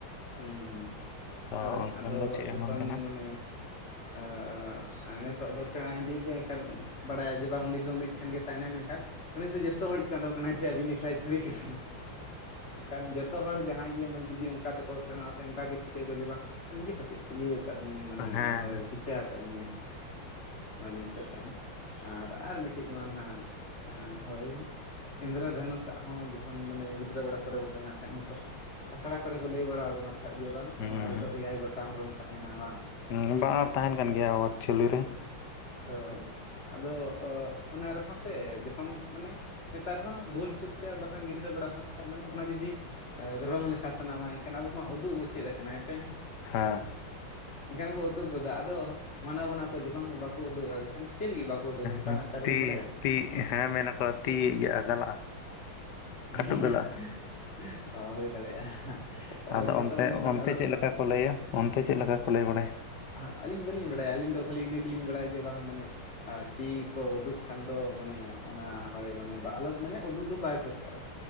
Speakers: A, on the left; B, on the left.
A: ᱦᱮᱸ ᱦᱩᱸ
B: ᱛᱚ
A: ᱦᱳᱭ
B: ᱚᱱᱠᱟᱱ
A: ᱟᱫᱚ
B: ᱫᱚ ᱪᱮᱫ ᱦᱚᱸ
A: ᱡᱚᱠᱷᱚᱱ
B: ᱵᱟᱝ ᱠᱟᱱᱟ
A: ᱢᱟᱱᱮ ᱟᱨ ᱱᱤᱛᱚᱜ ᱫᱚ ᱥᱮᱬᱟ ᱤᱫᱤᱭᱮᱛᱛᱮ ᱮᱱᱠᱷᱟᱱ ᱵᱟᱰᱟᱭᱟ ᱡᱮ ᱵᱟᱝ ᱩᱱᱤ ᱫᱚ ᱢᱤᱫ ᱴᱷᱮᱱ ᱜᱮ ᱛᱟᱦᱮᱱᱟᱭ ᱢᱮᱱᱠᱷᱟᱱ, ᱩᱱᱤ ᱫᱚ ᱡᱚᱛᱚ ᱦᱚᱲᱤᱡ ᱪᱟᱸᱫᱳ ᱠᱟᱱᱟᱭ ᱥᱮ ᱟᱹᱵᱤᱱᱤᱡ <unintelligible> ᱠᱟᱱᱟᱭ ᱮᱱᱠᱷᱟᱱ ᱡᱚᱛᱚ ᱦᱚᱲ ᱡᱟᱦᱟᱸᱭ ᱜᱮ ᱢᱟᱱᱮ ᱡᱩᱫᱤ ᱚᱱᱠᱟ ᱛᱮᱠᱚ ᱥᱮᱱᱚᱜ-ᱟ ᱥᱮ ᱚᱱᱠᱟ ᱜᱮ ᱴᱷᱤᱠᱟᱹᱭ ᱠᱚ ᱡᱮ ᱵᱟᱝ ᱤᱧ ᱜᱮ ᱯᱟᱪᱮᱫ ᱤᱭᱟᱹ ᱟᱠᱟᱫ ᱤᱧᱟᱹᱭ ᱢᱟᱱᱮ
B: ᱦᱮᱸ
A: ᱦᱚ ᱯᱤᱪᱷᱟ ᱟᱠᱟᱫ ᱤᱧᱟᱹᱭ᱾ ᱚᱱᱟ ᱡᱤᱱᱤᱥ‌ ᱴᱟᱜ‌ ᱛᱟᱦᱮᱱᱟ ᱟᱨ ᱟᱨ ᱢᱤᱫᱴᱤᱡ ᱱᱚᱣᱟ ᱱᱟᱦᱟᱜ ᱦᱳᱭ ᱤᱱᱫᱨᱚ ᱫᱷᱚᱱᱩᱥᱟᱜ ᱦᱚᱸ ᱡᱚ ᱠᱷᱚᱱ ᱢᱟᱱᱮ ᱜᱤᱫᱽᱨᱟᱹ ᱵᱮᱲᱟ ᱠᱚᱨᱮ ᱵᱚ ᱛᱟᱦᱮᱱᱟ ᱛᱟᱦᱮ ᱩᱱᱡᱚᱠᱷᱚᱡ ᱟᱥᱲᱟ ᱠᱚᱨᱮ ᱠᱚ ᱞᱟᱹᱭ ᱵᱟᱲᱟ ᱟᱵᱚ <unintelligible> ᱡᱮ ᱵᱟᱝ
B: ᱦᱮᱸ
A: ᱱᱚᱣᱟ ᱨᱮᱫᱚ ᱮᱭᱟᱭ ᱜᱚᱴᱟᱝ ᱨᱚᱝ ᱛᱟᱦᱮᱱᱟ ᱵᱟᱝ?
B: ᱦᱩᱸ ᱵᱟ ᱟᱨ ᱛᱟᱦᱮᱱ ᱠᱟᱱ ᱜᱮᱭᱟ ᱦᱚ ᱮᱠᱪᱷᱞᱤᱨᱮ᱾
A: ᱦᱳᱭ ᱟᱫᱚ ᱚᱱᱟ ᱨᱮᱦᱚᱸ ᱥᱮ ᱡᱚᱠᱷᱚᱱ ᱢᱟᱱᱮ ᱛᱟᱨ ᱨᱮᱦᱚᱸ ᱜᱳᱞ ᱪᱩᱠᱛᱮ ᱟᱨ ᱵᱟᱠᱷᱟᱱ ᱜᱤᱫᱽᱨᱟᱹ ᱵᱮᱲᱟ ᱦᱚᱸ ᱛᱟᱦᱮᱸ ᱢᱟᱱᱮ ᱚᱱᱟ ᱡᱩᱫᱤ ᱨᱚᱝ ᱞᱮᱠᱷᱟ ᱥᱟᱱᱟᱢᱟ ᱮᱱᱠᱷᱟᱱ ᱟᱵᱚ ᱢᱟ ᱩᱫᱩᱜ ᱵᱚ ᱪᱮᱫ ᱟᱠᱟᱱᱟ ᱦᱮᱸᱥᱮᱸ᱾
B: ᱦᱮᱸ᱾
A: ᱮᱱᱠᱷᱟᱱ ᱵᱚ ᱩᱫᱩᱜ ᱜᱚᱫᱟ ᱟᱫᱚ ᱢᱟᱱᱟ ᱵᱚᱱᱟ ᱠᱚ ᱡᱮ ᱵᱟᱝ ᱵᱟᱠᱚ ᱩᱫᱩᱜᱟ ᱮᱱᱠᱷᱟᱱ ᱪᱮᱫ ᱞᱟᱹᱜᱤᱫ ᱵᱟᱠᱚ ᱩᱫᱩᱜᱟ ᱚᱱᱠᱟᱱᱟᱜ
B: ᱦᱮᱸ
A: ᱠᱟᱨᱚᱱ
B: ᱛᱤ
A: ᱮᱢ ᱵᱟᱰᱟᱭᱟ?
B: ᱛᱤ ᱦᱮᱸ ᱢᱮᱱ ᱟᱠᱚ ᱛᱤ ᱜᱟᱞᱟᱜᱼᱟ᱾
A: <unintelligible>
B: ᱠᱟᱹᱴᱩᱵ ᱜᱟᱞᱟᱜᱼᱟ
A: ᱚ ᱦᱩᱭ ᱫᱟᱲᱮᱭᱟᱜᱼᱟ᱾ ᱦᱳᱭ
B: ᱟᱫᱚ
A: ᱱᱤᱛᱚᱜ
B: ᱚᱱᱛᱮ
A: ᱜᱮ ᱢᱟᱱᱮ
B: ᱚᱱᱛᱮ
A: ᱚᱰᱳᱠ
B: ᱪᱮᱫ
A: ᱞᱮᱱᱟ
B: ᱞᱮᱠᱟ
A: ᱥᱮ
B: ᱠᱚ ᱞᱟᱹᱭᱟ ᱚᱱᱛᱮ ᱪᱮᱫ ᱞᱮᱠᱟ ᱠᱚ ᱞᱟᱹᱭ ᱵᱟᱰᱟᱭᱟ?
A: ᱦᱮᱸ ᱟᱹᱞᱤᱧ ᱫᱚ ᱵᱟᱹᱞᱤᱧ ᱵᱟᱰᱟᱭᱟ ᱟᱹᱞᱤᱧ ᱫᱚ ᱠᱷᱟᱹᱞᱤ ᱤᱱᱟᱹ ᱜᱮᱞᱤᱧ ᱵᱟᱲᱟᱭᱟ ᱡᱮ ᱵᱟᱝ ᱢᱟᱱᱮ ᱟᱨ ᱛᱤ ᱠᱚ ᱩᱫᱩᱜ ᱠᱷᱟᱱ ᱫᱚ ᱢᱟᱱᱮ ᱚᱱᱟ ᱦᱳᱭ ᱢᱟᱱᱮ ᱟᱞᱚ ᱢᱟᱱᱮ ᱩᱫᱩᱜ ᱫᱚ ᱵᱟᱭ ᱫᱚᱨ ᱠᱟᱨᱟ